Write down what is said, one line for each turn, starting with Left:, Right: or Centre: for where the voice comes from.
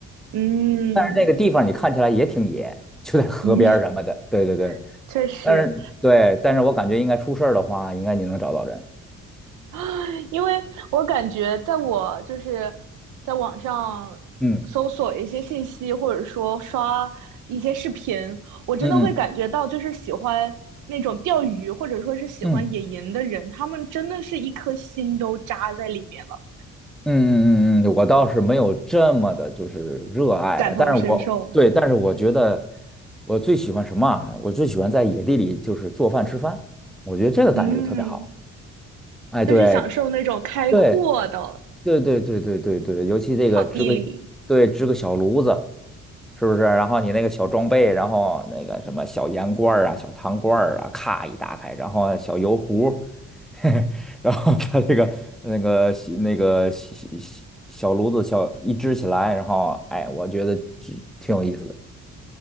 Right: 嗯嗯，
Centre: 但是那个地方你看起来也挺野，就在河边儿什么的，
Right: <laughs>
Centre: 对对对，
Right: 确实，
Centre: 但是对，但是我感觉应该出事儿的话，应该你能找到人，
Right: <gasps> 因为我感觉在我就是在网上搜索一些信息，
Centre: 嗯
Right: 或者说刷一些视频，我真的会感觉到，
Centre: 嗯嗯
Right: 就是喜欢那种钓鱼，或者说是喜欢野营的人，
Centre: 嗯。
Right: 他们真的是一颗心都扎在里面了，
Centre: 嗯嗯嗯嗯，我倒是没有这么的，就是热爱吧。
Right: 感同身受。
Centre: 但是我对，但是我觉得我最喜欢什么啊？我最喜欢在野地里就是做饭吃饭，我觉得这个感觉特别好。
Right: 嗯，
Centre: 哎，对
Right: 就是享受那种开阔的
Centre: 对对对对对对对，尤其这个支个，
Right: 场地里。
Centre: 对，支个小炉子，是不是？然后你那个小装备，然后那个什么小盐罐儿啊、小糖罐儿啊，咔一打开，然后小油壶，<laughs> 然后它这个那个小那个小小小炉子小一支起来，然后哎，我觉得就挺有意思的。